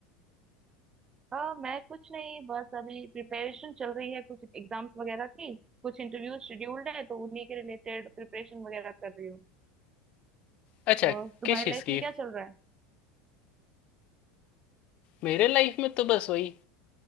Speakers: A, on the right (about 25°); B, on the left (about 50°).
A: हाँ मैं कुछ नहीं बस अभी प्रिपरेशन चल रही है कुछ एग्जाम्स वगैरह की कुछ इंटरव्यू शेड्यूल्ड है तो उन्हीं के रिलेटेड प्रिपरेशन वगैरह कर रही हूँ
B: अच्छा
A: और तुम्हारी
B: किस चीज़
A: लाइफ
B: की
A: में क्या चल रहा है
B: मेरे लाइफ में तो बस वही